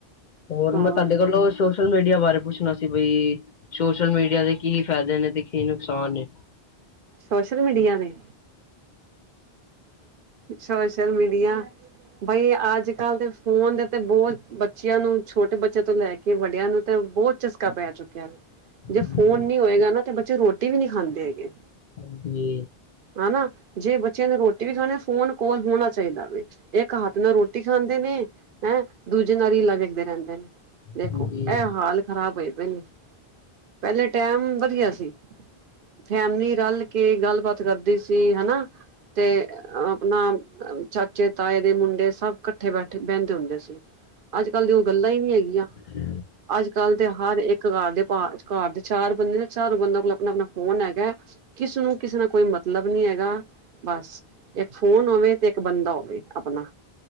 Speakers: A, on the left; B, on the right.
A: ਓਰ
B: ਹੋਰ
A: ਮੈਂ ਤਾਡੇ ਕੋਲੋਂ ਸੋਸ਼ਲ ਮੀਡੀਆ ਬਾਰੇ ਪੁੱਛਨਾ ਸੀ? ਬਈ ਸੋਸ਼ਲ ਮੀਡੀਆ ਦੇ ਕੀ ਫਾਏਦੇ ਨੇ ਤੇ ਕੀ ਨੁਕਸਾਨ ਨੇ?
B: ਸੋਸ਼ਲ ਮੀਡੀਆ ਨੇ ਸੋਸ਼ਲ ਮੀਡੀਆ ਬਈ ਅੱਜ-ਕੱਲ ਦੇ ਫੋਨ ਦੇ ਤੇ ਬੋਤ ਬੱਚੇਆਂ ਨੂੰ, ਛੋਟੇ ਬੱਚੇਆਂ ਤੋਂ ਲੈ ਕੇ ਵੱਡੇਆਂ ਨੂੰ ਤੇ ਬੋਤ ਚਸਕਾ ਪੈ ਚੁੱਕਿਆ।
A: ਹਾਂਜੀ,
B: ਜੇ ਫੋਨ ਨੀ ਹੋਏਗਾ, ਨਾ ਤੇ ਬੱਚੇ ਰੋਟੀ ਵੀ ਨੀ ਖਾਂਦੇ ਹੈਗੇ।
A: ਹਾਂਜੀ,
B: ਹਨਾ ਜੇ ਬੱਚਿਆਂ ਨੂੰ ਰੋਟੀ ਵੀ ਖਾਣੀ ਫੋਨ ਕਲ ਹੋਣਾ ਚਾਹੀਦਾ। ਇੱਕ ਹੱਥ ਨਾਲ ਰੋਟੀ ਖਾਂਦੇ ਨੇ ਹੈਂ, ਦੂਜੇ ਨਾਲ ਰੀਲਾ ਦੇਖਦੇ ਰਹਿੰਦੇ ਨੇ। ਦੇਖੋ
A: ਹਾਂਜੀ।
B: ਇਹ ਹਾਲ ਖ਼ਰਾਬ ਹੋਏ ਪਏ, ਨੇ ਪਹਿਲੇ ਟੈਮ ਵਧੀਆ ਸੀ। ਫੈਮਲੀ ਰਲ ਕੇ ਗੱਲਬਾਤ ਕਰਦੀ ਸੀ ਹਨਾ। ਤੇ ਆਪਣਾ ਚਾਚੇ ਤਾਏ ਦੇ ਮੁੰਡੇ ਸਭ ਇਕੱਠੇ ਬੈਠੇ ਬਹਿੰਦੇ ਹੁੰਦੇ ਸੀ। ਅੱਜ-ਕੱਲ, ਦੀ ਉਹ ਗੱਲਾਂ ਹੀ ਨੀ ਹੈਗੀਆਂ।
A: ਹ
B: ਅੱਜ-ਕੱਲ ਦੇ ਹਰ ਇੱਕ ਘਰ ਦੇ ਘਰ ਦੇ ਚਾਰ ਬੰਦੇ ਚਾਰੋ ਬੰ ਕੋਲ ਆਪਣਾ ਆਪਣਾ ਫੋਨ ਹੈਗਾ। ਕਿਸਨੂੰ ਕਿਸੇ ਨਾਲ ਕੋਈ ਮਤਲਬ ਨੀ ਹੈਗਾ। ਬਸ ਇੱਕ ਫੋਨ ਹੋਵੇ, ਤੇ ਇੱਕ ਬੰਦਾ ਹੋਵੇ ਆਪਣਾ